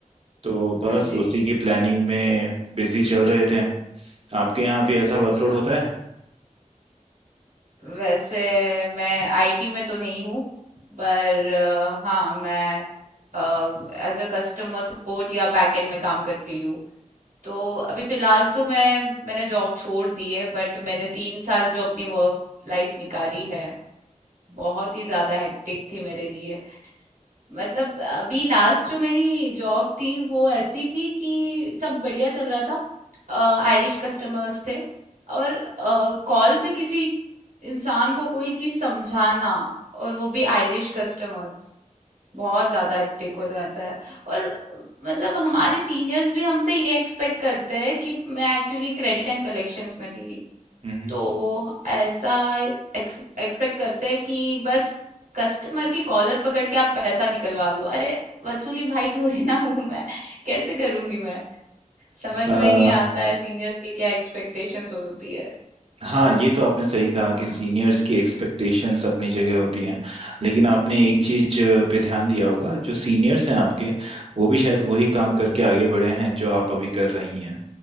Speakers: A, on the right; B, on the right.
A: तो
B: हाँ
A: बस
B: जी
A: उसी की प्लानिंग में बिजी चल रहे थे आपके यहाँ भी ऐसा
B: अच्छा
A: वर्कलोड होता है
B: वैसे मैं आईटी में तो नहीं हूँ पर अ, हाँ मैं एज अ कस्टमर सपोर्ट या बैकएंड में काम करती हूँ तो अभी फिलहाल तो मैं मैंने जॉब छोड़ दी है बट मैंने तीन साल जो अपनी वर्क लाइफ निकाली है बहुत ही ज्यादा हेक्टिक थी मेरे लिए मतलब अभी लास्ट जो मेरी जॉब थी वो ऐसी थी कि सब बढ़िया चल रहा था आयरिश कस्टमर्स थे और कॉल पे किसी इंसान को कोई चीज समझाना और वो भी आयरिश कस्टमर्स बहुत ज्यादा हेक्टिक हो जाता है और मतलब हमारे सीनियर्स भी हमसे ये एक्सपेक्ट करते हैं कि मैं एक्चुअली क्रेडिट एंड कलेक्शंस में थी
A: हम्म
B: तो ऐसा एक्सपेक्ट करते हैं कि बस कस्टमर की कॉलर पकड़ के आप पैसा निकलवा लो अरे वसूली भाई थोड़ी ना हूं मैं कैसे करूंगी मैं समझ
A: <laughs>
B: में ही नहीं आता है सीनियर्स के क्या एक्सपेक्टेशंस होती है
A: हाँ ये तो आपने सही कहा
B: हाँ,
A: कि सीनियर्स की एक्सपेक्टेशंस अपनी जगह होती हैं लेकिन आपने एक चीज पे ध्यान दिया होगा जो सीनियर्स हैं आपके वो भी शायद वही काम
B: हम्म
A: करके
B: हम्म,
A: आगे बढ़े हैं जो आप अभी कर रही हैं